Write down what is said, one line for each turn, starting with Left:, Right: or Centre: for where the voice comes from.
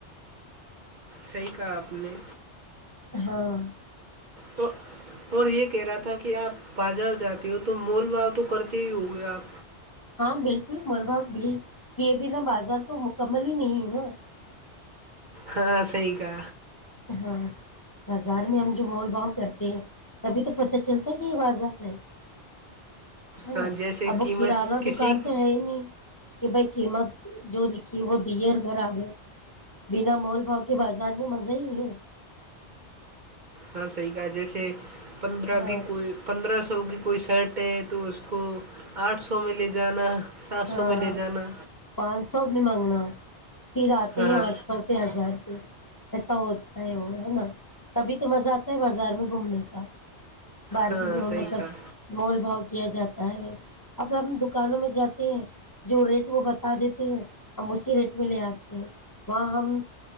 Right: صحیح کہا آپ نے
Left: ہاں <unintelligible>
Right: تو اور یہ کہہ رہا تھا کہ آپ بازار جاتے ہو تو مول بھاؤ تو کرتے ہی ہو گئے آپ
Left: ہاں بالکل ملبہ یہ بنا بازار تو مکمل ہی نہیں ہے نا <unintelligible>
Right: ہاں صحی گ
Left: ہاں بازار میں ہم جو مول بھاؤ کرتے ہیں تبھی تو پت چلتا ہے کہ یہ بازار ہے <unintelligible> ہے
Right: ہاں
Left: نا
Right: جیسے
Left: اب
Right: قیمت
Left: وہ کررانہ
Right: کسی
Left: دکان تو ہے ہی نہیں <unintelligible> کہ بھائی قیمت جو لکھی وہ دی اور گھر آ گئے بنا مول بھاؤ کے بازار میں مز <unintelligible> ج نہیں <unintelligible>
Right: ہاں صحی کہ جیسے پندرہ
Left: ہاں
Right: کی کوئی پندرہ سو کی کوئی شرٹ ہے تو اس کو آٹھ سو میں لے جانا سات سو
Left: ہاں
Right: میں لے جانا
Left: پانچ سو <unintelligible> ک نہیں مانگنا <unintelligible> پھر آتے
Right: ہاں
Left: ہیں
Right: ہاں
Left: آٹھ سو پہ ہزار پ <unintelligible> ایسا ہوتا ہے وہ ہے نا تبھی تو مزہ آتا ہے بازار میں گھومنے کا <unintelligible> باہگ
Right: ہاں
Left: نہیں
Right: صحیح
Left: مطلب
Right: کہا
Left: مول بھؤ <unintelligible> کیا جاتا ہے اب ہم دکانوں میں جاتے ہیں جو ریٹ وہ بتا دیتے ہیں ہم اسی ریٹ میں لے آتے ہیں وہاں ہم